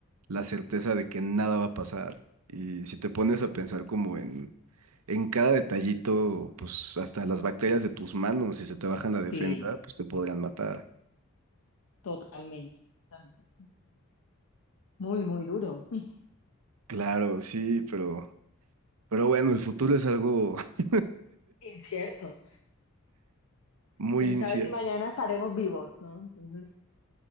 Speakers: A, on the right; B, on the left.
A: la certeza de que nada va a pasar. Y si te pones a pensar como en, en cada detallito, pues hasta las bacterias de tus manos, si se te bajan la defensa,
B: Sí,
A: pues te podrían matar.
B: totalmente, totalmente. Muy, muy duro. <laughs>
A: Claro, sí, pero, pero bueno, el futuro es algo <laughs>
B: Incierto.
A: Muy
B: Quién
A: inicial,
B: sabe si mañana estaremos vivos, ¿no? Entonces,